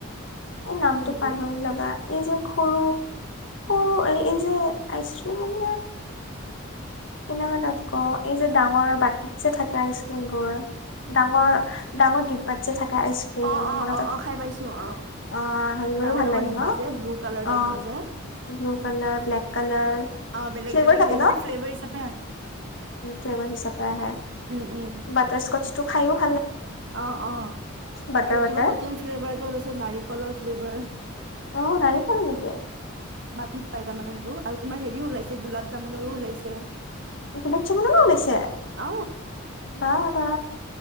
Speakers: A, on the left (about 60°); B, on the right (about 55°).
A: এই নামটো
B: কোনটো
A: পাহৰি লবা- এই যে সৰু সৰু এই এই যে আইচক্ৰীম কেনেকুৱা তাত ক এই যে ডাঙৰ বাটিত যে থাকে আইচ ক্ৰীম বোৰ ডাঙৰ ডাঙৰ দিবাট যে থাকে আইচক্ৰীম
B: অ অ
A: মানে
B: অ
A: তাত
B: অ খাই পাইছো অ
A: অ হেৰিবোৰো
B: ডাঙৰ
A: ভাল
B: ডাঙৰ
A: লাগে
B: ডিব্বা
A: ন
B: যে ব্লু কালাৰ
A: অ
B: টাইপৰ যে
A: ব্লু কালাৰ ব্লেক কালাৰ
B: অ বেলেগ
A: ফ্লেভাৰ
B: বেলেগ
A: থাকে
B: হেৰি
A: ন
B: মানে ফ্লেভাৰ হিচাপ
A: ফ্লেভাৰ হিচাপে আহে
B: উম উম
A: বাটাৰস্কটচ টো খায়ো
B: অ অ
A: বাটাৰ
B: আৰু
A: বাটাৰ
B: কিবা নতুন ফ্লেভাৰ এটা লৈছে নাৰিকলৰ ফ্লেভাৰ
A: অ নাৰিকল নেকি
B: কীট পাই তাৰমানে সেইটো আৰু তোৰ হেৰিও ওলাইছে গোলাপ জামুনৰো ওলাইছে
A: গোলাপ জামুনৰো ওলাইছে
B: অ
A: বা বা